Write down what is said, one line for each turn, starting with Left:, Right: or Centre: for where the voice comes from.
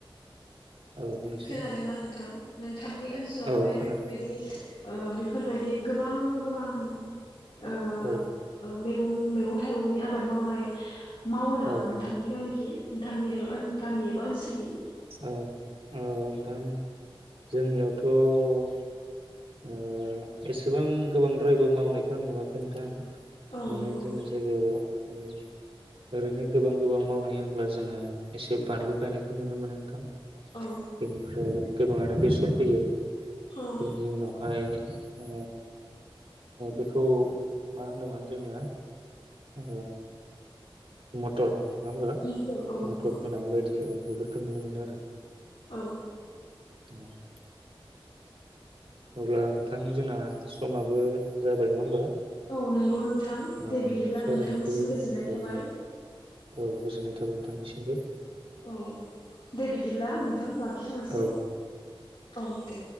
Right: औ बुंनोसै
Left: खोनादोंना नोंथां? थांनि ओनसोलावहाय
Right: औ खोनादों
Left: बेफोरबायदि बेफोरबायदि गोबां गोबां ओ
Right: औ
Left: ओ मे। मैगं थाइगंनि आबाद मावनाय। मावो नामा
Right: औ
Left: नोंथांनि गामिखि? नोंथांनि गामि एबा ओनसोलखि?
Right: औ नोंथां जोंनियावथ' ओ एसेबां गोबांद्रायबो मावनायखौ आं नुवाखै नोंथां।
Left: औ
Right: माने
Left: नंगौ
Right: जोंनि जायगायाव औ ओरैनो गोबां गोबां मावनाय होनोब्ला जोङो एसे बानलु गायनायखौ नुनो मोनो नोंथां।
Left: औ
Right: बेनिफ्राय गोबाङानो बेसर फैयो।
Left: औ।
Right: बेनि उनावहाय ओ बेखौ मा होनोमोन जोङो? ओ मटर नङा होमबा
Left: मटर औ नंगौ
Right: मथर फोनाय बायदि औ बे बेखौ नुनो मोनो आरो।
Left: औ।
Right: औ। <inaudible> अब्ला नोंथां जोंना समाबो जाबाय नङा होमबा?
Left: औ नंगौ नोंथां
Right: औ
Left: दे बिदिब्ला
Right: सावरायनायखौ
Left: नोंथांनिसिम गोजोननाय
Right: औ
Left: थाबाय।
Right: औ गोजोननाय थाबाय नोंथांनिसिमबो।
Left: औ दे बिदिब्ला नोंथां लाखिथ'नोसै
Right: औ
Left: औ दे।